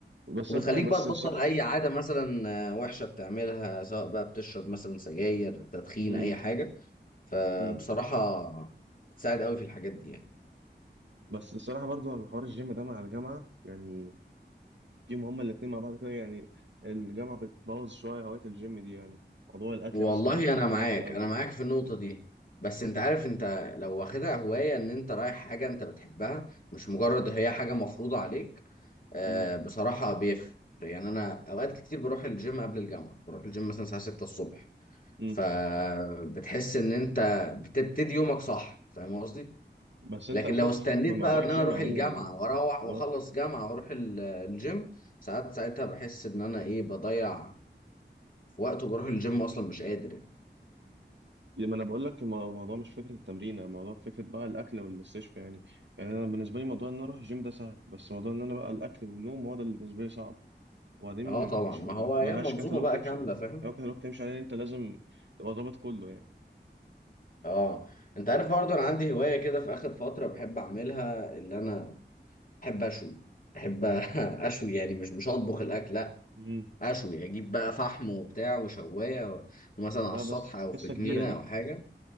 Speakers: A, on the right; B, on the left.
A: بس
B: وبتخليك
A: انت بس
B: بقى تبطل
A: الصراحه
B: اي عاده مثلا آه، وحشه بتعملها سواء بقى بتشرب مثلا سجاير تدخين
A: مم.
B: اي حاجه فبصراحه
A: مم.
B: بتساعد قوي في الحاجات دي يعني
A: بس الصراحه برضه أنا حوار الجيم ده مع الجامعه يعني فيهم هما الاتنين مع بعض كده يعني الجامعه بتبوظ شويه هوايه الجيم دي يعني موضوع الاكل
B: والله
A: بس ما بعرفش
B: انا
A: ابقى
B: معاك
A: ضابطه قوي
B: انا معاك في النقطه دي بس انت عارف انت لو واخدها هوايه ان انت رايح حاجه انت بتحبها مش مجرد هي حاجه مفروضه عليك آه،
A: مم.
B: بصراحه بيفرق يعني انا اوقات كتير بروح الجيم قبل الجامعه بروح الجيم مثلا الساعه 6 الصبح
A: مم.
B: فبتحس ان انت بتبتدي يومك صح فاهم قصدي
A: بس انت
B: لكن
A: فك
B: لو استنيت
A: من موضوع
B: بقى ان
A: الجيم
B: انا اروح
A: عموما
B: الجامعه
A: من
B: واروح
A: موضوع
B: واخلص جامعه واروح ال- الجيم ساعات ساعتها بحس ان انا ايه بضيع وقت وبروح الجيم اصلا مش قادر يعني.
A: ما انا بقول لك المو- الموضوع مش فكره التمرين الموضوع فكره بقى الاكل والاستشفاء يعني يعني انا بالنسبه لي موضوع ان انا اروح الجيم ده سهل بس موضوع ان انا بقى الاكل والنوم هو ده اللي بالنسبه لي صعب وبعدين
B: اه طبعا
A: م- مش
B: ما هو هي
A: ملهاش
B: منظومه
A: كتالوج
B: بقى
A: تمشي
B: كامله
A: عليه
B: فاهم
A: لو كتالوج تمشي عليه انت لازم تبقى ضابط كله يعني
B: اه انت عارف برضه انا عندي هوايه كده في اخر فتره بحب اعملها اللي انا بحب اشوي بحب <laughs> اشوي يعني مش مش اطبخ الاكل لا
A: امم
B: اشوي اجيب بقى فحم وبتاع وشوايه و- ومثلا
A: لا
B: على السطح
A: بس
B: او في
A: قصه
B: جنينه
A: كبيره دي
B: او حاجه